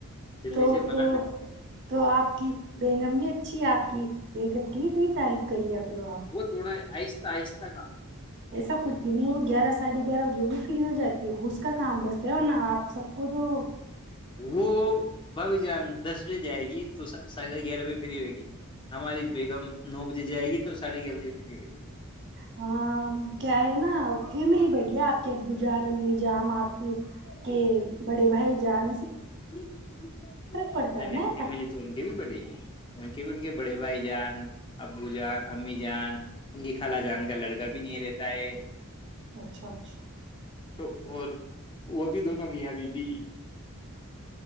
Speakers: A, on the left; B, on the right.
A: جلدی
B: تو
A: سے
B: تو
A: بنا دیتے
B: تو آپ کی بیگم بھی اچھی ہے آپ کی بیگم کی بھی تھڑی تعریف کر لیا آ
A: وہ تھوڑا آہستہ آہستہ کام
B: ایسا کچھ بھی نہیں ہوگا گیارہ ساڑھے گیارہ بجے ہوگی فری ہو جاتی ہے وہ اس کا کام بس د ہو ن آپ سب کو تو
A: وہ بھابھی جان دس بجے جائے گی تو سدہ گیارہ بجے فری ہوئے گی ہماری بیگم نو بجے جائے گی تو ساڑھے گیارہ بجے فری ہوئے گی
B: ہاں کیا ہے نا فیملی بڑیا آپ کے ابو جان امی جان آپ کے بڑے بھائی جان
A: نہیں
B: پڑتا ہے
A: نہیں
B: نا یار۔
A: فیملی تو ان کے بھی بڑی ہے ان کے بھی ان کے بڑے بھائی جان ابو جان امی جان ان کی خال جان کا لڑکا بھی نہیں رہتا ہے
B: اچھا اچھا
A: تو اور وہ بھی دونوں میاںبب بھی